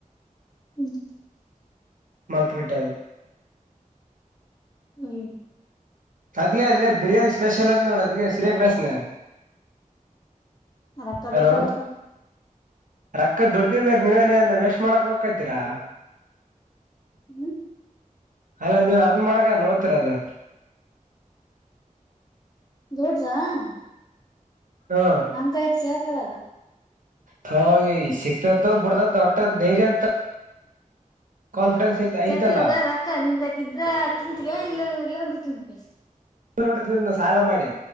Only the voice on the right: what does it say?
ಮರ್ತ್ ಬಿಟೆ
ಅದಗೆ ಅಲ್ಲ ಬಿರಿಯಾನಿ ಸ್ಪೆಷಲ್ ಅಂತ ನೋಡ ಅದಗೆ ಶ್ರೇಖ ಕ್ರಾಸ್ನಾಗ
ಹಲೋ
ರೊಕ್ಕದ ದುಡ್ತಿದ್ದೀರಿ ನೀವ್ ಏನ್ ಸುಮ್ನ್ ಏನ್ ವೇಸ್ಟ್ ಮಾಡಕ್ ಹೋಗ್ತೀರಾ
ಅಲ್ಲ ನೀವ್ ಅರ್ನ್ ಮಾಡಗ ಅಲ್ಲ ಓದ್ತಿರ ಅದು
ಹಾ
ತೊ ಸಿಕ್ತದ ಬಿಡ್ತದ ಹೊಟ್ಟ ಧೈರ್ಯ ಅಂತ ಕಾನ್ಫಿಡೆನ್ಸ್ ಐತ್
ಐತಲ್ಲ
ಟ ತಿಿಂದ ಸಾಲ ಮಾಡಿ